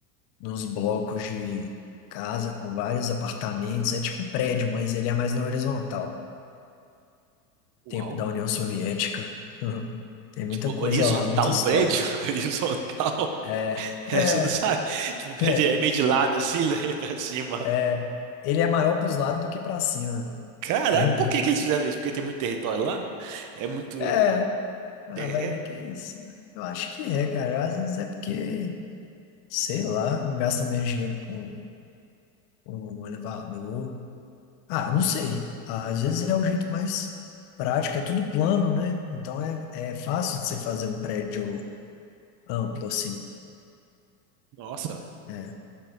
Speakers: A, on the left; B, on the right.
A: Nos blocos de casa com vários apartamentos. É tipo um prédio, mas ele é mais na horizontal.
B: Uau!
A: Tempo da União Soviética. <laughs> Tem muita
B: Tipo,
A: coisa
B: horizontal
A: lá, muita história.
B: o prédio? <laughs> Horizontal?
A: É,
B: Essa
A: é.
B: eu não sabe. Tipo, o prédio
A: É,
B: é meio de lado, assim, né? <laughs> Pra cima.
A: é, ele é maior para os lados do que para cima.
B: Caraca,
A: <laughs>
B: por que que eles fizeram isso? Porque tem muito território lá? É muito
A: É, ah,
B: terreno?
A: vai ver que é isso. Eu acho que é, cara. Às vezes é porque, sei lá, não gasta menos dinheiro com, com um elevador. Ah, não sei. Às vezes é o jeito mais prático, é tudo plano, né? Então é, é fácil de você fazer um prédio amplo assim.
B: Nossa,
A: É,